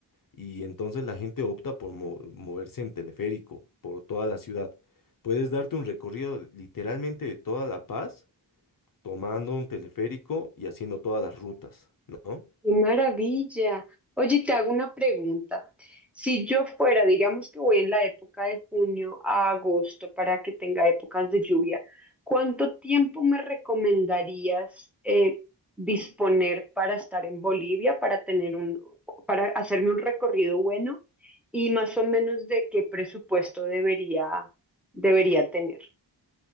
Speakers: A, on the left; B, in the centre.
A: y entonces la gente opta por mo- moverse en teleférico por toda la ciudad. Puedes darte un recorrido de- literalmente de toda La Paz, tomando un teleférico y haciendo todas las rutas, ¿no?
B: Qué maravilla. Oye, te hago una pregunta. Si yo fuera, digamos que voy en la época de junio a agosto para que tenga épocas de lluvia, ¿cuánto tiempo me recomendarías eh, disponer para estar en Bolivia, para tener un, para hacerme un recorrido bueno y más o menos de qué presupuesto debería, debería tener?